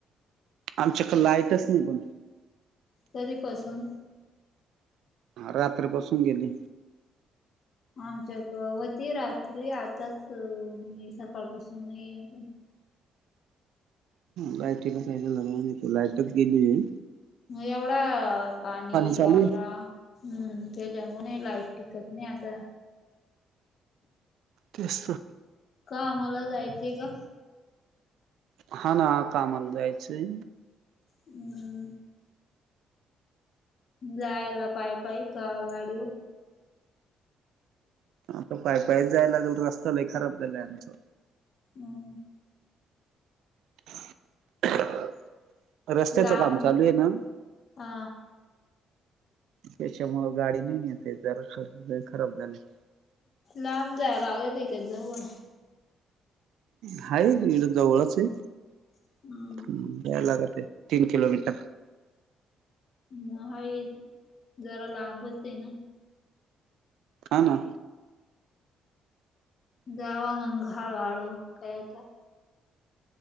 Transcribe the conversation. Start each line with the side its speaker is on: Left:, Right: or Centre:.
Right: आमच्याकड लाईटच नाही पण.
Left: कधीपासून.
Right: अ रात्री पासून गेलीय.
Left: आमच्याक वती रात्री आताच सकाळपासून नाही आहेता.
Right: लाईटीला काय झालं <unintelligible> नाही लाईटच गेलीय.
Left: मग एवढा पाणी.
Right: चालू
Left: <unintelligible>
Right: आहे
Left: हम्म त्याच्यामुळेून लाईट टिकत नाही आता.
Right: तेच त.
Left: कामाला जायचंय का?
Right: हा ना आता आम्हाला जायचंय.
Left: हम्म जायला पाय पाय का गाडीव.
Right: आता पाय पाय जायला लागेल रस्तलाय खराब झालाय आमच.
Left: हम.
Right: <inaudible> रस्त्याचं
Left: लांब
Right: काम चालू आहे ना
Left: हा.
Right: त्याच्यामुळं गाडी नाही नेता येते <unintelligible> तर लय खराब झाले.
Left: लांब जाय लागते का जवळ.
Right: हाइ जवळचय
Left: हम्म.
Right: जाय लागतय. तीन किलोमीटर.
Left: मग आहे जरा लांबच आहे ना.
Right: हां ना.
Left: जावा मंग हाळू हाळू मग काय आता.